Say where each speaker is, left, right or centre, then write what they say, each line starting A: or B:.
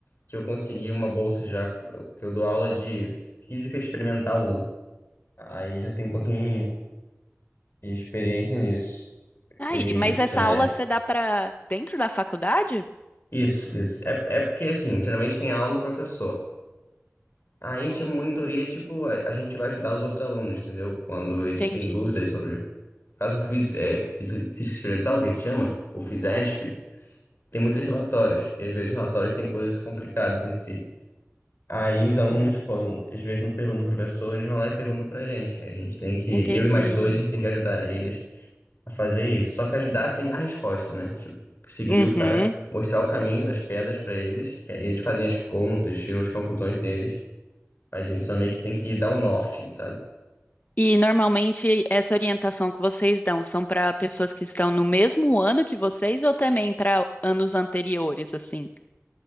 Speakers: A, on the left; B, on the left.
A: Que eu consegui uma bolsa já, eu- que eu dou aula de Física Experimental um. Aí já tem um pouquinho de experiência nisso.
B: Aí,
A: Peguei
B: mas
A: esse
B: essa
A: semestre.
B: aula você dá para dentro da faculdade?
A: Isso, isso. É, é porque, assim, geralmente tem aula do professor. Aí a gente é monitoria, tipo, a a gente vai ajudar os outros alunos, entendeu? Quando eles
B: Entendi.
A: têm dúvidas sobre, no caso físico, é, física, física experimental, que a gente chama, o FISESP, tem muitos relatórios. E às vezes os relatórios têm coisas complicadas em si. Aí os alunos,
B: Uhum.
A: quando às vezes não perguntam pro professor, eles vão lá e perguntam pra gente. né? A gente tem que,
B: Entendi.
A: eu e mais dois, a gente tem que ajudar eles a fazer isso. Só que ajudar sem dar resposta, né? Tipo, seguir
B: Uhum.
A: o cara, mostrar o caminho das pedras pra eles, que aí eles fazem as contas, tiram as conclusões deles. A gente só meio que tem que dar o norte, sabe?
B: E normalmente essa orientação que vocês dão são para pessoas que estão no mesmo ano que vocês ou também para anos anteriores, assim?